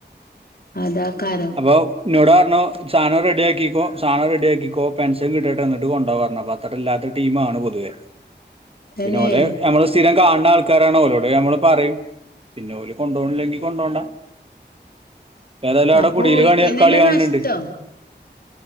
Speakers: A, on the left; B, on the right.
A: അതാക്കാരം
B: അപ്പൊ ഇന്നോട് പർഞ്ഞു സാനം റെഡ്യാക്കിക്കോ സാനം റെഡ്യാക്കിക്കോ പെൻഷൻ കിട്ടട്ടെ ന്നിട്ട് കൊണ്ടോവാർഞ്ഞ് ല്ലാത്ത ടീമാണ് പൊതുവെ
A: തന്നെ
B: പിന്നെ ഓലെ നമ്മള് സ്ത് സ്ഥിരം കാണ്ണ ആൾക്കാരാണ്. ഓലോട് നമ്മള് പറിം. പിന്നെ ഓല് കൊണ്ടോൺല്ലെങ്കി കൊണ്ടോണ്ട ഏതായാലും അവ്ടെ
A: അപ്പൊ
B: കുടീല്
A: ഓൽക്കന്നെല്ലേ
B: കളി കാണ്ണ്ട്
A: നഷ്ടം